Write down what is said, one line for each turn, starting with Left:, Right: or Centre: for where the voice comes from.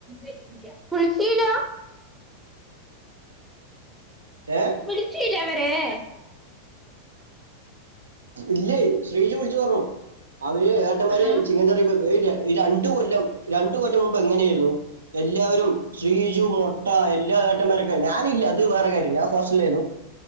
Centre: ഇ ല്ല്യ വിളിചില്ല
Right: ഏ
Centre: വിളിചില്ല അവ ഏ
Right: ഇല്ലേ ശ്രീജു വിളിച്ചു പറഞ്ഞു അവര് ഏട്ടന്മാര്
Centre: ആഹ്
Right: ചിങ്ങ ചെറിയ പോയപ്പോ രണ്ടു രണ്ട് കൊല്ലം മുമ്പ് എങ്ങനെയായിരുന്നു എല്ലാവരും ശ്രീജു മൊട്ട എല്ലാട്ടന്മാരൊക്കെ ഞാനില്ല അത് വേറെ കാര്യം ഞാൻ ഹോസ്റ്റലായിരുന്നു